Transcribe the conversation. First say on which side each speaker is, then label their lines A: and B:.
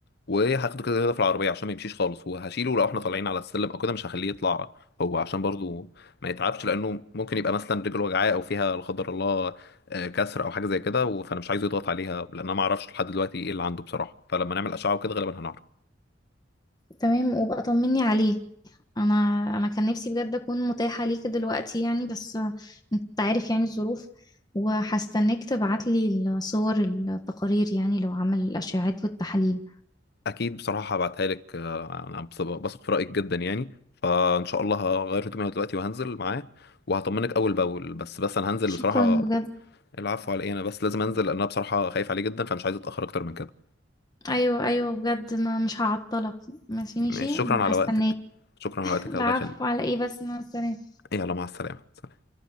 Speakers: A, on the left; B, on the left.
A: وهاخده كده كده في العربيه عشان ما يمشيش خالص وهشيله لو احنا طالعين على السلم او كده مش هخليه يطلع هو عشان برضو ما يتعبش لانه ممكن يبقى مثلا رجله وجعاه او فيها لا قدر الله آه، كسر او حاجه زي كده و- فانا مش عايزه يضغط عليها لان انا ما اعرفش لحد دلوقتي ايه اللي عنده بصراحه فلما نعمل اشعه وكده غالبا هنعرف
B: تمام وبقى طمني عليه انا انا كان نفسي بجد اكون متاحة ليك دلوقتي يعني بس آه، انت عارف يعني الظروف وهستناك تبعتلي الصور التقارير يعني لو عمل الاشعاعات والتحاليل
A: اكيد بصراحه هبعتها لك آه، انا بص- بثق في رايك جدا يعني فان شاء الله هغير هدومي أنا دلوقتي وهنزل معاه وهطمنك اول باول بس بس انا هنزل
B: شكرا
A: بصراحه
B: بجد
A: العفو على ايه انا بس لازم انزل لان انا بصراحة خايف عليه جدا فمش عايز اتأخر اكتر من كده
B: ايوه ايوه بجد ما مش هعطلك ماشي ماشي
A: ماشي شكرا
B: هستناك
A: على وقتك شكرا على وقتك
B: العفو
A: الله يخليك
B: على ايه بس مع السلامة
A: يلا مع السلامة